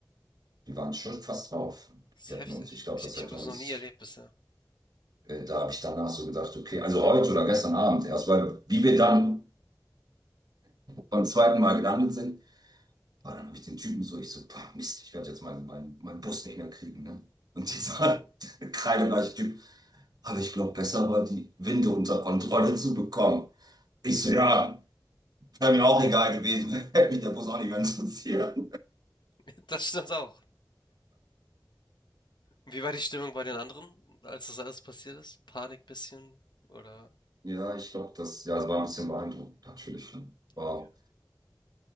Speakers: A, on the right; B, on the left.
A: Die waren schon fast drauf.
B: ist
A: Wir hätten
B: heftig.
A: uns, ich glaube,
B: Ich,
A: das
B: ich
A: hätte
B: habe das
A: uns
B: noch nie erlebt bisher.
A: äh, da habe ich danach so gedacht, okay, also heute oder gestern Abend erst, weil wie wir dann beim zweiten Mal gelandet sind, war dann habe ich den Typen so, ich so, boah, Mist, ich werde jetzt meinen mein, mein Bus nicht mehr kriegen. Ne? Und
B: Mhm.
A: dieser <laughs> kreidebleiche Typ, aber ich glaube, besser war die Winde unter Kontrolle zu bekommen. Ich so, ja, wäre mir auch egal gewesen, <laughs> hätte mich der Bus auch nicht mehr interessiert.
B: <laughs> Das stimmt auch. Wie war die Stimmung bei den anderen, als das alles passiert ist? Panik bisschen? Oder?
A: Ja, ich glaube, das, ja, das war ein bisschen beeindruckend, natürlich. ne? Wow.
B: Okay.